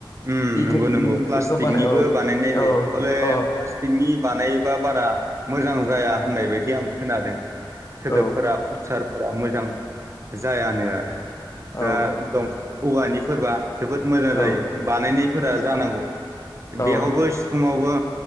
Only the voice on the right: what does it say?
ओम
नंगौ नंगौ प्लास्टिकनिबो
बानायनाय जायो
हले
प्लास्टिकनि बानायोबा बारा मोजां जाया होननाय बायदि आं खोनादों। सोदोबफोरा
उत्सार फोरा मोजां जायानो आरो दा
दं औवानि फोरबा जोबोद मोजां जायो।
बानायनायफोरा जानांगौ। बेयावबो
सिफुुङावबो